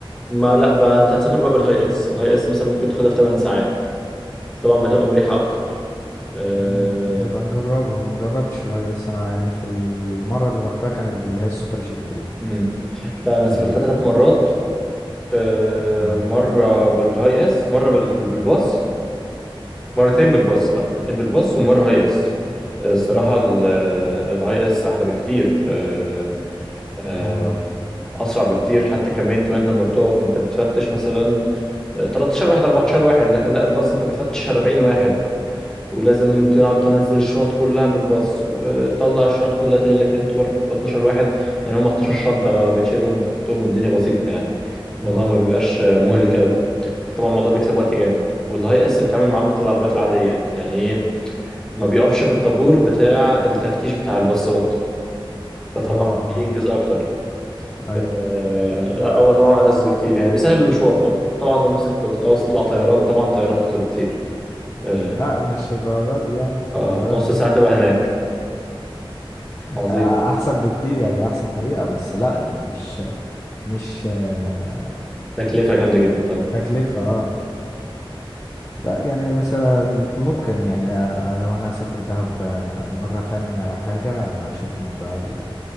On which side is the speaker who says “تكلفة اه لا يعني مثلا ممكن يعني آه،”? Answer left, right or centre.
Left